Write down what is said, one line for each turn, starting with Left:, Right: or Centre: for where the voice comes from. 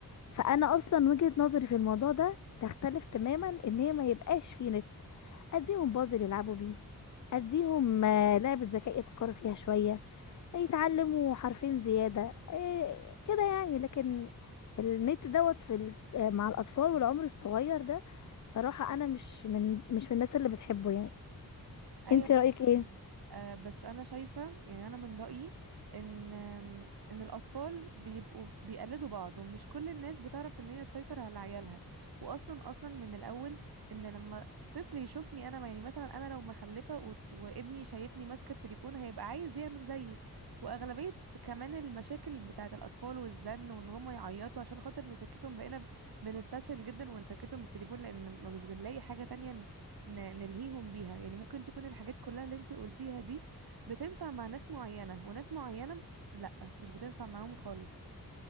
Left: فانا اصلا وجهة نظري في الموضوع ده تختلف تماما ان هي ما يبقاش في نت اديهم بازل يلعبوا بيه اديهم آه، لعبة ذكاء يفكروا فيها شوية هيتعلموا حرفين زيادة إيه كده يعني لكن النت دوت في ال- آه، مع الاطفال والعمر الصغير ده بصراحة انا مش من مش من الناس اللي بتحبه يعني
Right: ايوه
Left: انت رأيك
Right: بس
Left: ايه
Right: آه، بس انا شايفه يعني انا من رايي ان آم، ان الاطفال بيبقوا بيقلدوا بعض ومش كل الناس بتعرف ان هي تسيطر على عيالها واصلا اصلا من الاول ان لما طفل يشوفني انا يعني مثلا انا لو مخلفه و- وابني شايفني ماسكه التليفون هيبقى عايز يعمل زيي واغلبيه كمان المشاكل بتاعه الاطفال والزن وان هم يعيطوا عشان خاطر نسكتهم بقينا ب- بنستسهل جدا ونسكتهم بالتليفون لان ما مش بنلاقي حاجه تانية ن- نلهيهم بيها يعني ممكن تكون الحاجات كلها اللي انت قلتيها دي بتنفع مع ناس معينة وناس معينة لا مش بتنفع معاهم خالص